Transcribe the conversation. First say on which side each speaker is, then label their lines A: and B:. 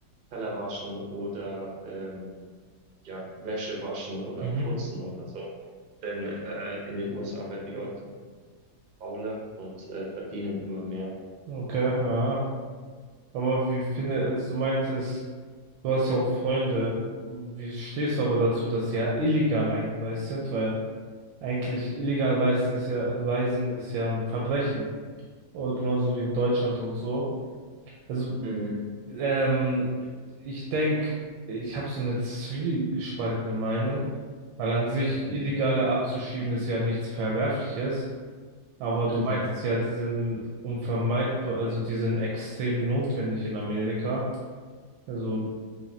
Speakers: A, on the right; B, on the right.
A: Teller waschen oder ähm, ja, Wäsche waschen oder
B: Mhm.
A: putzen oder so. Denn äh, in den USA werden die Leute fauler und äh, verdienen immer mehr.
B: Okay, ja. Aber wie finde, also du meintest, du hast ja auch Freunde. Wie stehst du aber dazu, dass sie ja illegal eingereist sind? Weil eigentlich illegal reisen ist ja, reisen ist ja ein Verbrechen. Oder genauso wie in Deutschland und so. Also,
A: Mhm,
B: ähm, ich denke, ich habe so eine zwiegespaltene Meinung, weil an sich
A: mhm,
B: Illegale abzuschieben ist ja nichts Verwerfliches. Aber du
A: mhm,
B: meintest ja, die sind unvermeidbar, also die sind extrem notwendig in Amerika. Also,